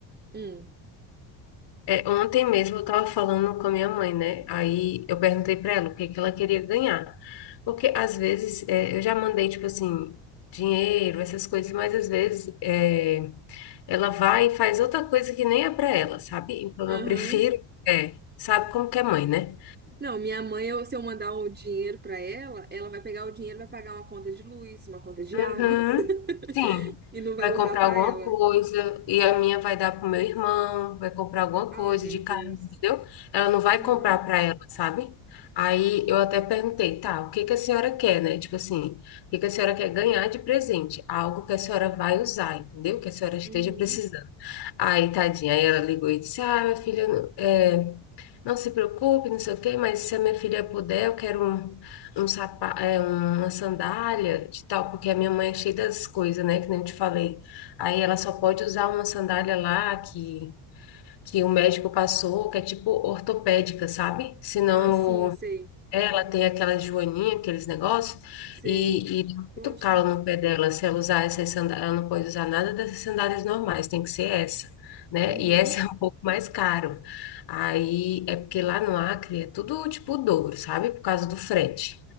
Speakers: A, on the right; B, on the left.
A: Hum.
B: É, ontem mesmo eu estava falando com a minha mãe, né? Aí eu perguntei para ela o que que ela queria ganhar. Porque às vezes é, eu já mandei, tipo assim, dinheiro, essas coisas, mas às vezes é, ela vai e faz outra coisa que nem é para ela, sabe? Então
A: Aham.
B: eu prefiro, é, sabe como que é mãe, né?
A: Não, minha mãe, eu- se eu mandar um dinheiro pra ela, ela vai pegar o dinheiro, e vai pagar uma conta de luz, uma conta de
B: Uhum,
A: água <laughs>
B: sim,
A: e não vai
B: vai
A: usar
B: comprar
A: pra
B: alguma
A: ela.
B: coisa e a minha vai dar pro meu irmão, vai comprar alguma
A: Ai,
B: coisa
A: meu
B: de
A: Deus.
B: casa, entendeu? Ela não vai
A: Aham.
B: comprar para ela, sabe? Aí eu até perguntei, tá, o que que a senhora quer, né? Tipo assim, o que que a senhora quer ganhar de presente? Algo que a senhora vai usar, entendeu? Que a senhora esteja
A: Uhum.
B: precisando. Aí, tadinha, aí ela ligou e disse, ah, minha filha, é, não se preocupe, não sei o quê, mas se a minha filha puder, eu quero um um sapa, é, uma sandália de tal, porque a minha mãe é cheia das coisas, né, que nem eu te falei. Aí ela só pode usar uma sandália lá que, que o médico passou, que é tipo ortopédica, sabe? Senão
A: Ah, sim, sei.
B: o- ela tem aquela joaninha, aqueles negócios,
A: Sei.
B: e, e dá muito
A: Poxa.
B: calo no pé dela. Se ela usar essas sandálias, ela não pode usar nada dessas sandálias normais, tem que ser essa. Né?
A: Uhum.
B: E essa <laughs> é um pouco mais caro. Aí é porque lá no Acre é tudo tipo o dobro, sabe? Por causa do frete.